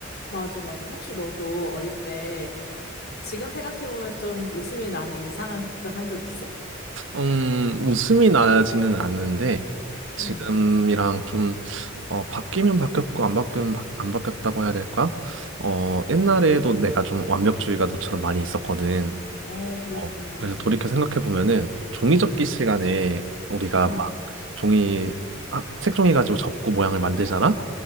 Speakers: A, on the left; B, on the right.
A: 맞아, 맞아. 혹시 너도 어릴 때 지금 생각해보면 좀 웃음이 나는 이상한 걱정한 적 있어?
B: 음, 웃음이 나지는 않는데 지금이랑
A: 응.
B: 좀 어, 바뀌면 바뀌었고 안 바뀌면 바, 안 바뀌었다고 해야 될까? 어, 옛날에도 내가 좀 완벽주의가 너처럼 많이 있었거든.
A: 어, 그랬구나.
B: 어, 그래서 돌이켜 생각해 보면은 종이접기 시간에 우리가
A: 응,
B: 막 종이 아, 색종이 가지고 접고 모양을 만들잖아.